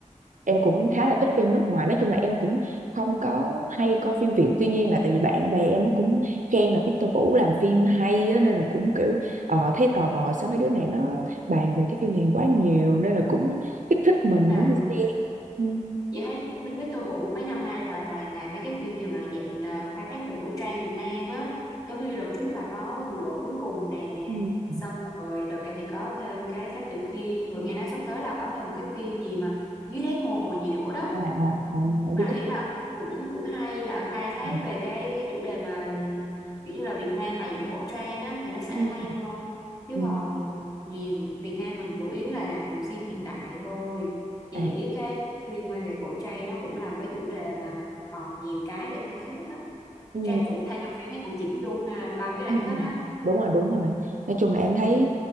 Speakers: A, on the right (about 75°); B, on the left (about 25°).
A: em cũng
B: ừ.
A: khá là thích phim nước ngoài nói chung là em cũng không có hay coi phim Việt tuy nhiên là tại vì bạn bè em nó cũng khen là Victor Vũ làm phim hay á, nên là cũng kiểu ờ, thấy tò mò sao mấy đứa này nó bàn về cái phim này quá nhiều nên là cũng kích thích mình
B: à,
A: muốn đi xem ừ.
B: chị thấy mình Victor Vũ mấy năm nay là toàn là mấy cái phim như mà dạng ờ, khai thác về cổ trang Việt Nam á giống như đợt trước là có người vợ cuối cùng nè
A: ừ
B: xong rồi đợt này thì có thêm cái Thám Tử Kiên rồi nghe nói sắp tới là có thêm một cái phim gì mà dưới đáy hồ gì nữa đó
A: à à à
B: mà
A: biết
B: ý
A: cái
B: là cũng cũng hay là khai thác
A: ừ.
B: về cái cái chủ đề mà kiểu như là Việt Nam mà dạng cổ trang á thì nó sẽ
A: ừ
B: hay hơn chứ
A: Ừ.
B: còn nhiều Việt Nam mình chủ yếu là làm phim hiện đại thôi chị
A: à
B: nghĩ cái liên quan về cổ trang nó cũng là một cái chủ đề mà còn nhiều cái để khai thác đó
A: ừ.
B: trang phục thay trong phim thấy cũng chỉnh chu ha coi mấy cái đoạn
A: ừ
B: kết
A: ừ
B: á
A: đúng rồi đúng rồi nói chung là em
B: Ừ.
A: thấy